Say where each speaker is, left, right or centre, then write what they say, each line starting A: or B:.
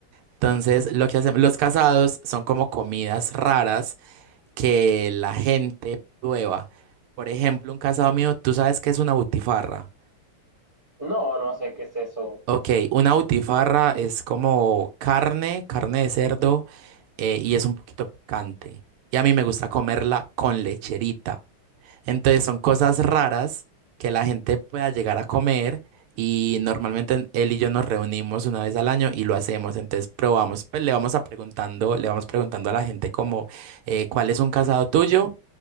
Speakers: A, on the right; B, on the right.
A: Entonces, lo que hacemos, los casados son como comidas raras que la gente prueba. Por ejemplo, un casado mío, ¿tú sabes qué es una butifarra?
B: No, no sé qué es eso.
A: Ok, una butifarra es como carne, carne de cerdo, eh, y es un poquito picante. Y a mí me gusta comerla con lecherita. Entonces son cosas raras que la gente pueda llegar a comer y normalmente él y yo nos reunimos una vez al año y lo hacemos. Entonces probamos, pues le vamos a preguntando, le vamos preguntando a la gente como eh, ¿cuál es un casado tuyo?